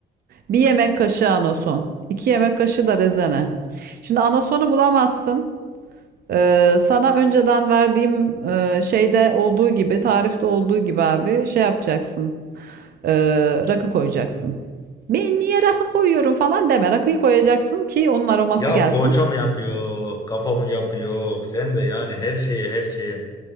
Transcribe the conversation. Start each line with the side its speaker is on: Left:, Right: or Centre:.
Right: Bir yemek kaşığı anason. iki yemek kaşığı da rezene. Şimdi anasonu bulamazsın. Ee, sana önceden verdiğim e, şeyde olduğu gibi, tarifte olduğu gibi abi şey yapacaksın. Ee, rakı koyacaksın. Ben niye rakı koyuyorum falan deme. Rakıyı koyacaksın ki onun aroması
Left: Ya
Right: gelsin.
Left: poğaça mı yapıyor? Kafa mı yapıyor? Sen de yani her şeye her şeye.